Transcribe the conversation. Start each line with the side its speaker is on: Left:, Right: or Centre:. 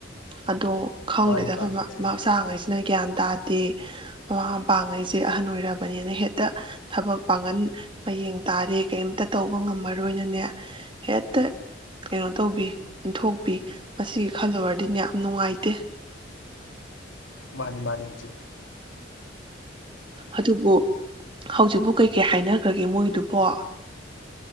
Right: ꯑꯗꯣ ꯈꯪꯗꯦꯗꯕ
Left: ꯃꯥꯅꯤ ꯃꯥꯅꯤ ꯏꯆꯦ
Right: ꯃꯆꯥꯉꯩꯁꯤꯅ ꯒ꯭ꯌꯥꯟ ꯇꯥꯗ ꯃꯃꯥ ꯃꯄꯥꯥꯡꯉꯩꯁꯦ ꯑꯍꯟ ꯑꯣꯏꯔꯕꯅꯤꯅ ꯍꯦꯛꯇ ꯊꯕꯛ ꯄꯥꯡꯒꯟ ꯃꯌꯦꯡ ꯇꯥꯔꯦ ꯀꯔꯤꯝꯇ ꯇꯧꯕ ꯉꯝꯃꯔꯣꯏꯅꯅꯦ ꯍꯦꯛꯇ ꯀꯩꯅꯣ ꯇꯧꯕꯤ ꯏꯟꯊꯣꯛꯄꯤ ꯃꯁꯤꯒꯤ ꯈꯜꯂꯨꯔꯗꯤꯅꯦ ꯌꯥꯝ ꯅꯨꯡꯉꯥꯏꯇꯦ꯫
Left: ꯃꯥꯅꯤ -ꯃꯥꯅꯤ ꯏꯆꯦ꯫
Right: ꯑꯗꯨꯕꯨ ꯍꯧꯖꯤꯛꯄꯨ ꯀꯩꯀꯩ ꯍꯥꯏꯅꯈ꯭ꯔꯒꯦ ꯃꯣꯏꯗꯨꯕꯣ?